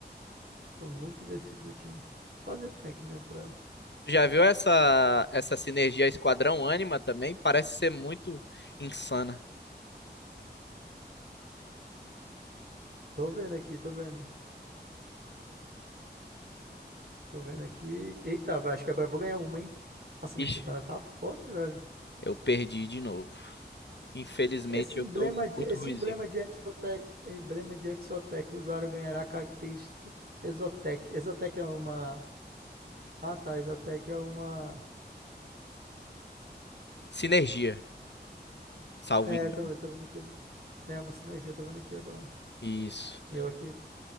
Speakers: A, on the right (about 60°); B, on the left (about 80°).
A: Tô muito deciso aqui. Fazer tanque mesmo pra ela.
B: Tu já viu essa, essa sinergia Esquadrão Ânima também? Parece ser muito insana.
A: Tô vendo aqui, tô vendo. Tô vendo aqui. Eita, acho que agora eu vou ganhar uma, hein? Nossa, minha
B: Ixi,
A: Shyvana tá forte, velho.
B: eu perdi de novo. Infelizmente
A: Esse
B: eu
A: emblema
B: tô
A: de,
B: muito
A: esse
B: ruimzinho.
A: emblema de Exotec, emblema de Exotec, o usuário ganhará característica Exotec. Exotec é uma Ah, tá. Isotec é uma.
B: Sinergia, salvo
A: É,
B: engano.
A: tô, eu tô vendo aqui. É uma sinergia, tô vendo aqui agora.
B: Isso.
A: E eu aqui,